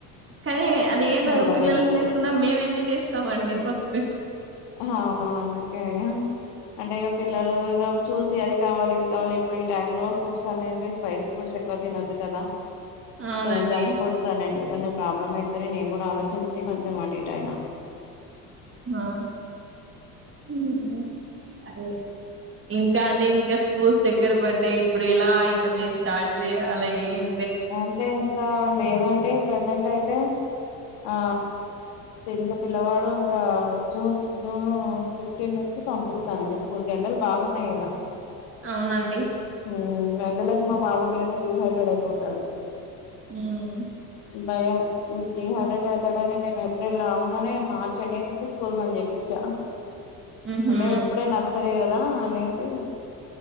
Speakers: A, on the right; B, on the left.
A: కానీ అది ఏందో
B: వెళ్ళలేదు
A: పిల్లల్ని తీసుకున్నా మేము ఎంజాయ్ చేస్తాం అండి వస్తే
B: అవును అందుకే గా అంటే ఇక పిల్లలు చూసి అది కావాలి ఇది కావాలి ఇప్పుడు ఈ టైమ్ లో ఫుడ్స్ అనేది స్పైసీ ఫుడ్స్ ఎక్కువ తినద్దు కదా
A: అవునండి
B: కొ జంక్ ఫుడ్స్ అనేటివి కొంచెం ప్రాబ్లం అయితది నేను కూడా ఆలోచించి కొంచెం ఆర్త్ డేటయినా
A: ఆ మ్మ్ అదే ఇంకా అండి ఇంకా స్కూల్స్ దగ్గర పడ్డాయ్ ఇప్పుడు ఇలా ఇంకా మీరు స్టార్ట్ చేయాల ఏం
B: అంటే ఇంకా లేదండి ప్రెజెంట్ అయితే ఆ ఇంకా పిల్లవాడు ఇంకా జూన్ జూన్ ఫిఫ్టీన్ నుంచి పంపిస్తానండి స్కూల్ కి ఎండలు బాగున్నాయి కదా
A: అవునండి
B: మ్మ్ నెలైండి మా బాబు టీ నే టీవీ పెట్టడు పోతాడు
A: ఉమ్
B: భయం డిహైడ్రేట్ అవుతాడని నేను ఏప్రిల్ అవ్ అగానే మార్చ్ ఎండింగ్ నుంచి స్కూల్ బంద్ చేయిచ్చా
A: ఉహు
B: అంటే ఇప్పుడే నర్సరీ రా అనేసి